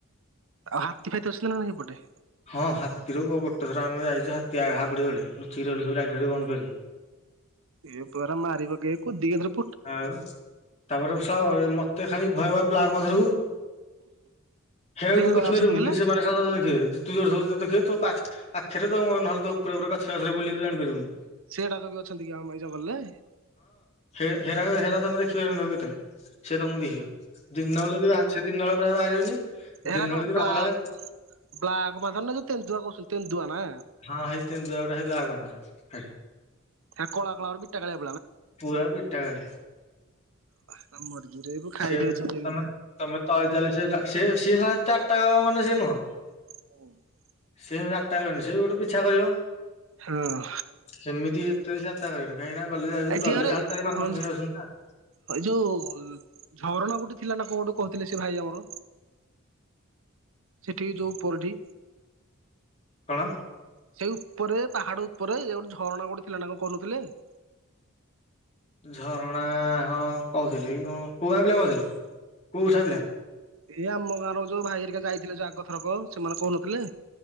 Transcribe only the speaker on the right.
ହାତୀ ଫାତୀ ଅଛନ୍ତି ନା ସେପଟେ।
ଏ ପରା ମାରିପକେଇ କୁ ଦି ଥର।
ଏଗୁଡା
ଅଛନ୍ତି କି
ଲେ?
ସେଡାକ ବି ଅଛନ୍ତି କି ଆମ ଏ ଜଙ୍ଗଲରେ?
ଏରାକ
ବ୍ଲାକ୍
ବ୍ଲାକ୍ ବାଘ ନା ଯୋଉ ତେନ୍ଦୁଆ କରୁଛନ୍ତି ତେନ୍ଦୁଆ ନା।
ହେ କଳା କଳାର ବିଟ <unintelligible>
<unintelligible> ଖାଇଦେ
ଚୋବେଇକି
<inaudible>
ହଁ
ଏଠି
ଆରେ
ହଁ
ଏ ଯୋଉ ଝରଣା ଗୋଟେ ଥିଲା ନା କଣ ଗୋଟେ କହୁଥିଲେ ସେ ଭାଇ ଆମର। ସେଠିକି ଯୋଉଁ ପରଠି।
ସେଇ ଉପରେ ପାହାଡ ଉପରେ ଇଏ ଗୋଟେ ଝରଣା ଗୋଟେ ଥିଲା ନା କଣ କହୁନଥିଲେ?
ଏଇ ଆମ ଗାଁର ଯୋଉ ଭାଇ ହେରିକା ଯାଇଥିଲେ ଯୋଉ ଆଗ ଥରକ ସେମାନେ କହୁନଥିଲେ,